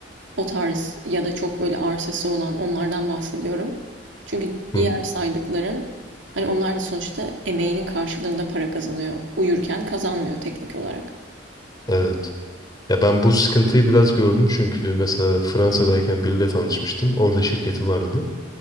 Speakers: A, on the right (about 85°); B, on the left (about 20°).
A: O tarz ya da çok böyle arsası olan onlardan bahsediyorum. Çünkü
B: Hı
A: diğer
B: hı.
A: saydıkların hani onlar da sonuçta emeğinin karşılığında para kazanıyor. Uyurken kazanmıyor teknik olarak.
B: Evet. Ya ben bu sıkıntıyı biraz gördüm çünkü mesela Fransa'dayken biriyle tanışmıştım. Orada şirketi vardı.